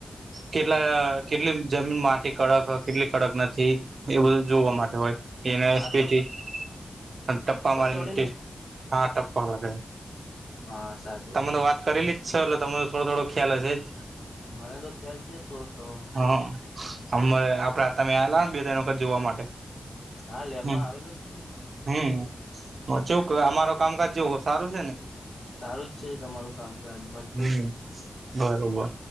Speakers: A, on the right; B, on the left.
A: કેટલા કેટલી જમીન માટી કડક કેટલી કડક નથી. એ બધું જોવા માટે હોય. એનેસ
B: હા
A: પીટી
B: ટપ
A: અને ટપ્પા મારીને
B: ચોડી ને
A: હા ટપાગ-
B: હા સાચ
A: તમે તો વાત કરીલી જ છે. એટલે તમરો થોડો થોડો ખ્યાલ હશે જ
B: મને તો ખ્યાલ છે થોડોક થોડો-
A: હા અરે આપડે તમે આલા ને બે ત વખત જોવા માટે-
B: હા લેબ
A: હમ
B: માં આવેલો છે. ને-
A: હમ હ ચ અમારો કામકાજ જોવો સારું છે. ને-
B: સારું જ છે તમારું કામકાજ મજ-
A: હમ બરોબર